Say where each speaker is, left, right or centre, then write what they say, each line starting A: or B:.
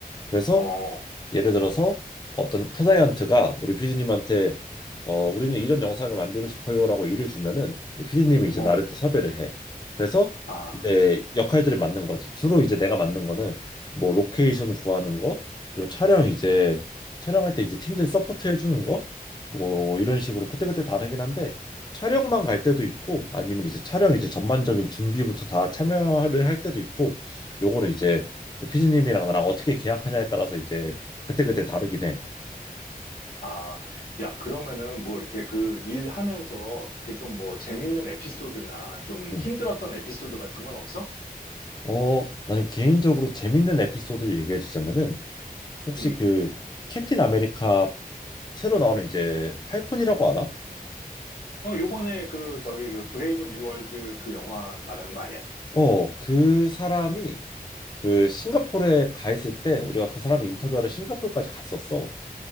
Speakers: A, on the left; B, on the left.
A: 그래서
B: 어,
A: 예를 들어서 어떤 클라이언트가 우리 피디님한테 어, 우리는 이런 영상을 만들고 싶어요라고 일을 주면은 이제 피디님이 이제
B: 어,
A: 나를 또 섭외를 해. 그래서
B: 아,
A: 이제 역할들을 맡는 거지. 주로 이제 내가 맡는 거는 뭐 로케이션 구하는 거, 그리고 촬영 이제 촬영할 때 이제 팀들 서포트 해주는 거, 뭐 이런 식으로 그때그때 다르긴 한데 촬영만 갈 때도 있고 아니면 이제 촬영 이제 전반적인 준비부터 다 참여를 할 때도 있고 요거는 이제 그 피디님이랑 나랑 어떻게 계약하냐에 따라서 이제 그때그때 다르긴 해.
B: 아, 야, 그러면은 뭐 이렇게 그 일하면서 이렇게 좀 뭐 재밌는 에피소드나 좀
A: 응.
B: 힘들었던 에피소드 같은 건 없어?
A: 어, 나는 개인적으로 재밌는 에피소드를 얘기해 주자면은 혹시
B: 응.
A: 그 캡틴 아메리카 새로 나오는 이제 팔콘이라고 알아?
B: 어, 요번에 그 저기 그 브레이브 뉴 월드 그 영화 말하는 거 아니야?
A: 어, 그 사람이 그 싱가포르에 가 있을 때 우리가 그 사람이 인터뷰하러 싱가포르까지 갔었어.